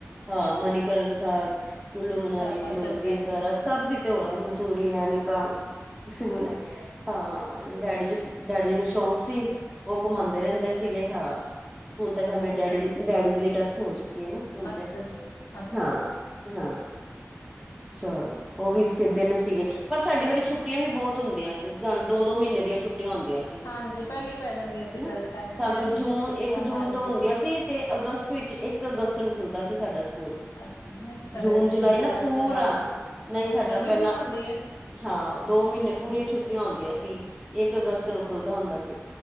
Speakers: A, in the centre; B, on the left (about 85°).
A: ਹਾਂ
B: ਅੱਛਾ
A: ਮਨੀਕਰਨ ਸਾਹਿਬ, ਕੁੱਲੂ ਮਨਾਲੀ
B: ਸਭ ਪਾਸੇ
A: ਡਲੋਜ਼ੀ
B: ਹੋ ਕੇ ਆਏ
A: ਵਗੈਰਾ
B: ਹੋ
A: ਸਭ ਕਿਤੇ ਹੋ ਆਏ ਮਸੂਰੀ ਨੈਨੀ
B: ਅੱਛਾ
A: ਤਾਂ,
B: ਜੀ
A: ਸ਼ਿਮਲੇ
B: ਅੱਛਾ
A: ਹਾਂ, ਡੈਡੀ ਜੀ, ਡੈਡੀ ਜੀ ਨੂੰ ਸ਼ੌਕ ਸੀ। ਓ ਘੁਮਾਂਦੇ
B: ਹਾਂਜੀ
A: ਰੈਂਦੇ ਸੀਗੇ ਹਾਂ, ਹੁਣ
B: ਸਾਰਾ
A: ਤੇ ਖੈਰ
B: ਵਧੀਆ
A: ਮੇਰੇ ਡੈਡੀ ਜੀ- ਡੈਡੀ ਜੀ ਦੀ ਡੈਥ ਹੋ ਚੁੱਕ <unintelligible> ਏ ਨਾ ਹੁਣ
B: ਅੱਛਾ
A: ਤੇ,
B: ਜੀ ਅੱਛਾ
A: ਹਾਂ। ਹਾਂ, ਚਲੋ
B: ਜੀ
A: ਓ ਵੀ ਸੀ ਦਿਨ ਸੀਗੇ ਪਰ ਸਾਡੀ ਵਾਰੀ ਛੁੱਟੀਆਂ ਵੀ ਬੌਤ ਹੁੰਦੀਆਂ ਸੀ ਸਾਨੂੰ ਦੋ- ਦੋ ਮੀਨੇ ਦੀਆ ਛੁਟੀਆਂ ਹੁੰਦੀਆਂ ਸੀ। ਜੀ,
B: ਹਾਂਜੀ ਪਹਿਲੇ ਪੈ ਜਾਂਦੀਆਂ ਸੀ
A: ਹਨਾ
B: ਪਹਿਲੇ ਟਾਈਮ
A: ਸਾਨੂੰ
B: ਤੇ
A: ਜੂਨ ਏਕ ਜੂਨ
B: ਹਾਂਜੀ
A: ਤੋਂ ਹੁੰਦੀਆਂ ਸੀ ਤੇ ਅਗਸਤ ਵਿੱਚ ਏਕ ਅਗਸਤ ਨੂੰ ਖੁੱਲਦਾ ਸੀ ਸਾਡਾ ਸਕੂਲ।
B: ਅੱਛਾ ਮੈਂ ਸਾਡੇ
A: ਜੂਨ
B: ਇੱਥੇ
A: ਜੁਲਾਈ ਨਾ ਪੂਰਾ,
B: ਤੋਂ ਬਾਅਦ ਖੁੱਲ
A: ਨਈ
B: ਹਾਂ
A: ਸਾਡਾ
B: ਗਰਮੀ
A: ਪੈਲਾਂ
B: ਬਹੁਤ ਹੁੰਦੀ ਹੈ
A: ਹਾਂ ਦੋ ਮੀਨੇ
B: ਹਾਂਜੀ
A: ਪੂਰੀਆਂ ਛੁੱਟੀਆਂ ਹੁੰਦੀਆਂ ਸੀ, ਏਕ ਅਗਸਤ
B: ਹਾਂ
A: ਨੂੰ ਖੁੱਲਦਾ ਹੁੰਦਾ ਸੀ।